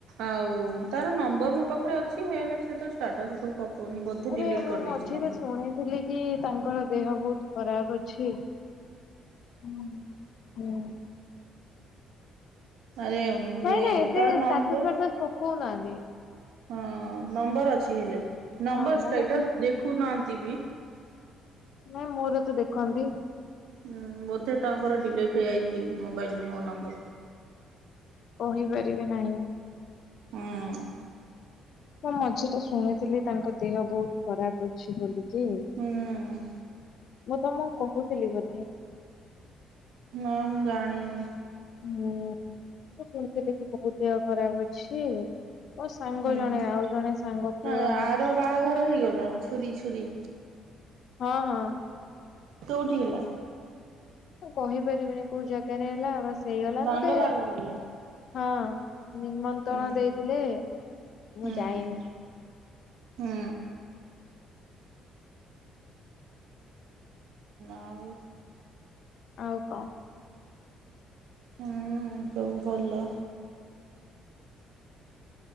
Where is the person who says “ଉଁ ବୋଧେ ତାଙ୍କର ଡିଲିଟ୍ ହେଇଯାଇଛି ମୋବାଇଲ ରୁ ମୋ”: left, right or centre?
Right